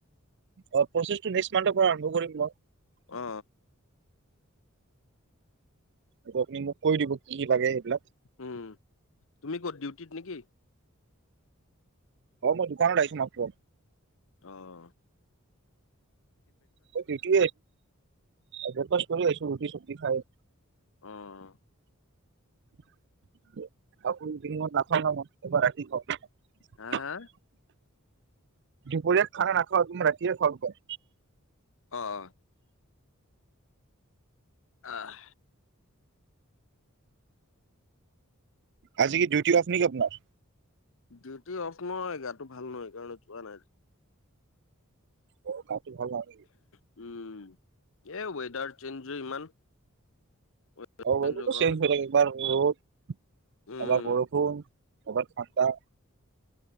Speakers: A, on the right (about 55°); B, on the left (about 65°).
A: অ প্ৰচেছটো নেক্স মান্থৰ পৰা আৰম্ভ কৰিম মই।
B: অ
A: হ'ব আপুনি মোক কৈ দিব কি লাগে। এইবিলাক
B: উম, তুমি ক'ত ডিউটিত নেকি?
A: অ, মই দোকানত আহিছো মাত্ৰ।
B: অ',
A: <unintelligible> ৰুটি চব্জি খাই।
B: অ',
A: <unintelligible> <unintelligible>
B: হা হা
A: দূপৰীয়া খানা নাখাও তুমি ৰাতি খাও
B: অ', আহ,
A: আজি কি ডিউটি অফ নেকি আপোনাৰ?
B: ডিউটি অফ নহয় গাটো ভাল নহয় কাৰণে যোৱা নাই।
A: অ, গাটো ভাল নাই‌ নেকি?
B: উম, এই ৱেডাৰ চেঞ্জো ইমান। ৱেডাৰ
A: অ,
B: চেঞ্জৰ
A: ৱেডাৰটো
B: কাৰণে
A: চেঞ্জ হৈ থাকে ইমান ৰদ।
B: উম
A: এবাৰ বৰষুণ এবাৰ ঠাণ্ডা